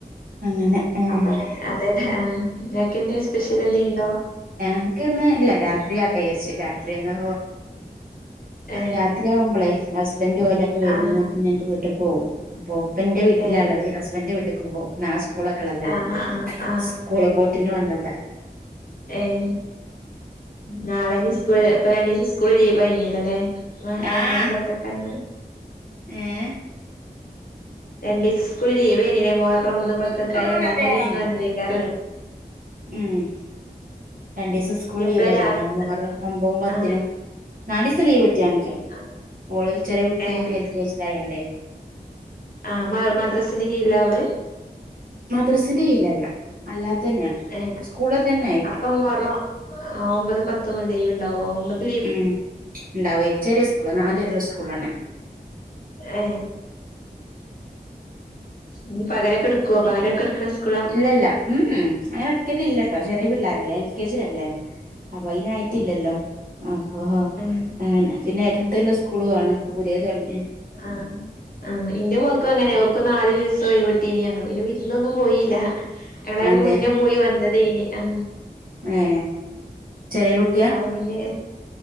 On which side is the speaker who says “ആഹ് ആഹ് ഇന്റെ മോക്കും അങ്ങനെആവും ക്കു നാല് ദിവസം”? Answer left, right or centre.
Left